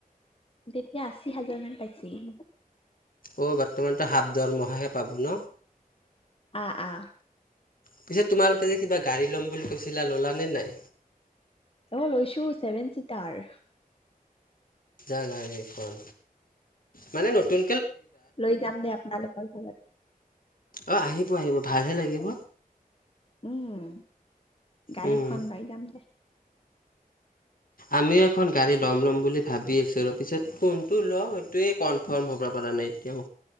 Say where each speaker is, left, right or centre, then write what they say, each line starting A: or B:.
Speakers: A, on the left; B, on the left.
A: তেতিয়া আশী হাজাৰ মান পাইছিল।
B: অ' বৰ্তমানটো হাব দৰমহাহে পাব ন
A: আ আ
B: পিছে তোমালোকে যে কিবা গাড়ী ল'ম বুলি কৈছিলা ল'লা নে নাই?
A: অঁ লৈছো চেভেন চিটাৰ
B: জা এইখন, মানে নতুন
A: লৈ যাম দে আপোনালোকৰ ঘৰত
B: অঁ আহিব আহিব
A: <inaudible>
B: ভালহে লাগিব
A: উম গাড়ীখন
B: উম,
A: লৈ যাম দে
B: আমিও এখন গাড়ী ল'ম ল'ম বুলি ভাবি আছো আৰু পিছত কোন ল সেইটোৱে ধৰ্ম ভব পৰা নাই এতিয়াও